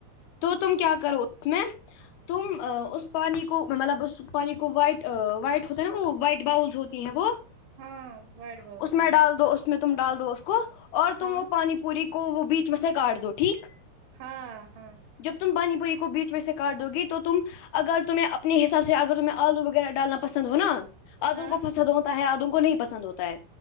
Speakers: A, on the left; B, on the right.
A: تو تم کیا کر اس میں تم اس پانی کو مطلب اس پانی کو وائٹ وائٹ ہوتا ہے نا وہ وائٹ باؤلز ہو <unintelligible> ہے وہ <unintelligible>
B: ہاں وائٹ بال
A: اس
B: ہاں
A: میں ڈال دو اس میں تم ڈال دو اس کو اور تم
B: ہاں
A: وہ پانی پوری کے کو وہ بیچ میں سے کاٹ دو ٹھیک <unintelligible>
B: ہاں ہاں <unintelligible>
A: جب تم پانی پوی کو بیچ میں سے کاٹ دو گی تو تم اگر تمہیں اپنے حساب سے اگر تمہیں آلو وغیرہ ڈالنا پسند ہوناا ادوں
B: ہاں
A: کو پسند ہوتا ہے ادوں کو نہیں پسند ہوتا ہے